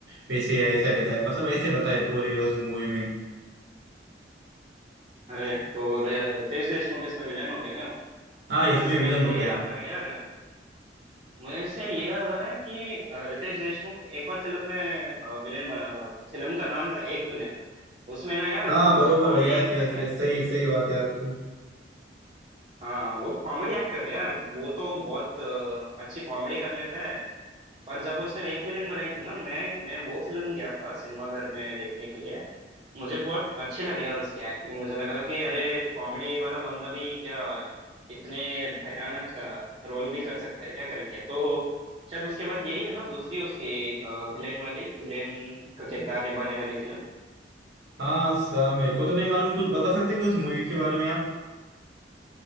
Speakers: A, on the right; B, on the right.
A: पैसे ऐसा रहता है मतलब ऐसे बताया पूरे उस मूवी में
B: अरे तो रे- रितेश देशमुख इसमें विलेन हो गया ना
A: हाँ
B: तो
A: इसमें
B: इससे
A: विलन
B: मुझे ये
A: हो गए
B: याद आ रहा है यार मुझे इससे ये याद आ रहा है कि अ, रितेश देशमुख एक और फिल्म में विलेन बना था फिल्म का नाम था एक विलेन उसमें ना यार
A: हाँ
B: वो
A: बरोबर
B: तो कॉमेडी
A: यस
B: एक्टर
A: यस
B: है
A: यस सही सही बात है आपकी
B: हाँ वो कॉमेडी एक्टर है यार वो तो बहुत अ, अच्छी कॉमेडी कर लेता है पर जब उसने एक विलेन बनाई थी ना मैं मैं वो फिल्म गया था सिनेमा घर में देखने के लिए मुझे बहुत अच्छी लगी यार उसकी एक्टिंग मुझे लगा कि अरे कॉमेडी वाला बंदा भी क्या इतने भयानक रोल भी कर सकता है क्या करके तो शायद उसके बाद यही है ना दूसरी उसकी विलेन वाली विलेन का किरदार निभाने वाली फिल्म
A: हाँ सा मेरे को तो नहीं मालूम कुछ बता सकते हैं कि उस मूवी के बारे में आप